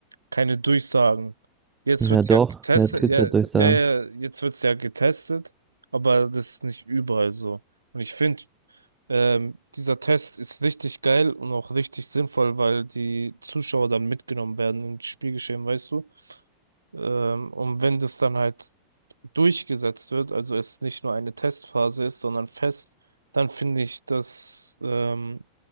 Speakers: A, on the right; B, on the right.
A: Keine Durchsagen. Jetzt
B: Ja,
A: wird's
B: doch,
A: ja getestet,
B: jetzt gibt's
A: ja,
B: ja Durchsagen.
A: ja, ja, jetzt wird's ja getestet, aber das ist nicht überall so. Und ich finde, ähm, dieser Test ist richtig geil und auch richtig sinnvoll, weil die Zuschauer dann mitgenommen werden ins Spielgeschehen, weißt du? Ähm, und wenn das dann halt durchgesetzt wird, also es nicht nur eine Testphase ist, sondern fest, dann finde ich, dass ähm,